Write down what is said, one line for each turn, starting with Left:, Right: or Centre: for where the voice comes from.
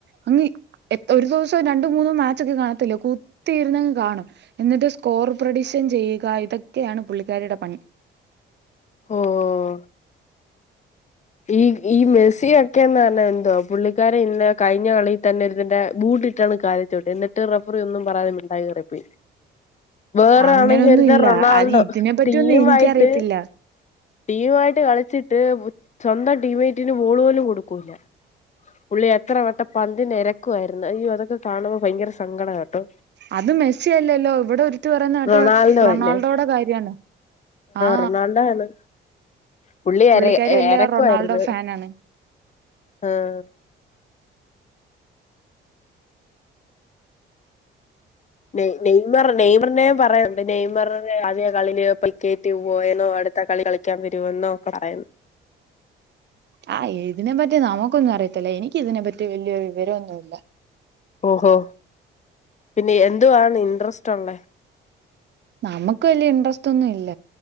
Right: അനി ഒരു ദിവസം രണ്ടുമൂന്ന് മാച്ച് ഒക്കെ കാണത്തില്ലേ കുത്തിയിര്ന്നങ്ങ് കാണൂ എന്നിട്ട് സ്കോറ് പ്രൊഡിക്ഷൻ ചെയ്യുക ഇതൊക്കെയാണ് പുള്ളിക്കാരിയുടെ പണി
Left: ഓ ഓ ഈ ഈ മ്യൂസിയഒക്കെന്ന് പറഞ്ഞാ എന്തോ പുള്ളിക്കാരൻ ഇന്ന കഴിഞ്ഞ കളിയിൽ തന്നെ ഇരുന്നിട്ട് ബൂട്ട്ട്ടാണ് കാലിൽ ചൗട്ടി എന്നിട്ട് റഫറി ഒന്നും പറയാതെ മിണ്ടാതെ കേറിപ്പോയി വെറാണെങ്കിൽ
Right: അങ്ങനൊന്നും ഇല്ല
Left: റൊണാൾഡോ
Right: അത് ഇതിനെ പറ്റിയൊന്നും
Left: ടീം
Right: എനിക്കറിയത്തില്ല
Left: മായിട്ട് ടീമുമായിട്ട് കളിച്ചിട്ട് ബു സ്വന്തം ടീമേറ്റിന് ബോള് പോലും കൊടുക്കൂല, പുള്ളി എത്രവട്ടം പന്തിന് എരക്കുവായിരുന്നു. അയ്യോ അതൊക്കെ കാണുമ്പോൾ ഭയങ്കര സങ്കട ട്ടോ
Right: അത് മെസ്സി യല്ലല്ലോ? ഇവടെ ഒരുത്തി പറയു ന്നത് കേട്ടാൽ
Left: റൊണാൾഡോ
Right: റൊണാൾഡോയുടെ
Left: അല്ലേ
Right: കാര്യമാണെന്ന്, ആ
Left: റൊണാൾഡോ ആണ് പുള്ളി
Right: പുള്ളിക്കാരി
Left: എറെ.
Right: വലിയ
Left: എനക്ക
Right: റൊണാൾഡോ
Left: ആയിരുന്നു,
Right: ഫാനാണ്
Left: ആഹ നെയ നെയ്മർ നെയ്മറിന പറയുന്നുണ്ട് നെയ്മറി ആദ്യ കളിയില് പക്കേറ്റ് പോയെന്നോ, അടുത്ത കളി കളിക്കാൻ വരുമെന്നോ ഒക്കെ പറയുന്നു.
Right: ആഹ് ഇതിനെപ്പറ്റി നമുക്കൊന്നും അറിയത്തില്ല എനിക്ക് ഇതിനെപ്പറ്റി വലിയ വിവരൊന്നുല്ല.
Left: ഓഹോ പിന്നെ എന്തുവാാണ് ഇന്റ്രസ്റ്റ് ഉള്ള?
Right: നമുക്ക് വലിയ ഇൻട്രസ്റ്റ് ഒന്നും ഇല്ല,